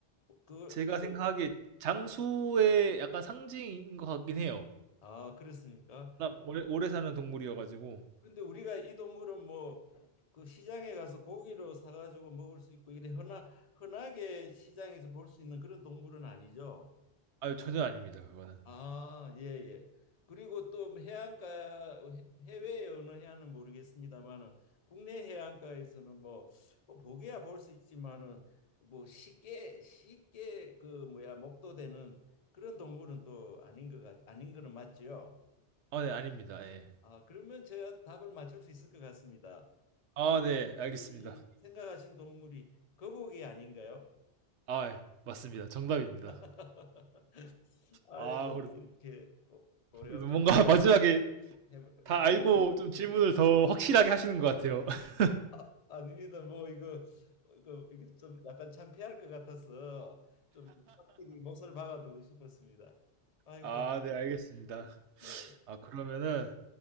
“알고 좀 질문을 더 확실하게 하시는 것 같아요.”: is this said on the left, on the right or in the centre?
Right